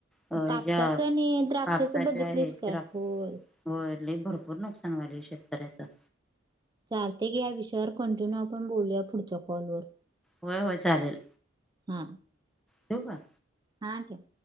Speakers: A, in the centre; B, on the right.
A: अ ह्याच्या
B: कापसाचं आणि द्राक्षाच
A: कापसाच्या
B: बघितलीस
A: हे द्राक्ष
B: काय? होय.
A: होय. लय भरपूर नुकसान झालय शेतकऱ्याच
B: चालतय की या विषयावर कंटिन्यू आपण बोलूया पुढच्या कॉलवर
A: होय होय चालेल.
B: हा.
A: ठेऊ का?
B: हा ठेव.